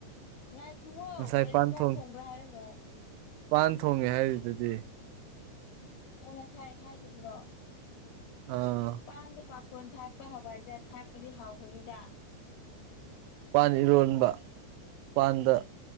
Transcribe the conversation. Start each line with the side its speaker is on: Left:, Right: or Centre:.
Left: ꯉꯥꯏꯈꯨꯕꯣ
Right: ꯉꯁꯥꯏ
Left: ꯒꯥꯔꯤ
Right: ꯄꯥꯟ
Left: ꯌꯦꯟꯖꯥꯡ
Right: ꯊꯣꯡ
Left: ꯊꯣꯡꯕ꯭ꯔꯥ ꯍꯥꯏꯔꯝꯃꯣ
Right: ꯄꯥꯟ ꯊꯣꯡꯉꯦ ꯍꯥꯏꯔꯤꯗꯨꯗꯤ
Left: ꯑꯣ ꯉꯁꯥꯏ ꯍꯥꯏꯈꯤꯕ꯭ꯔꯣ
Right: ꯑ
Left: ꯃꯄꯥꯟꯗ ꯄꯥꯈꯣꯟ ꯊꯥꯛꯄ ꯍꯋꯥꯏꯖꯥꯔ ꯊꯥꯛꯄꯗꯤ ꯍꯥꯎꯕꯅꯤꯗ
Right: ꯄꯥꯟ ꯏꯔꯣꯟꯕ ꯄꯥꯟꯗ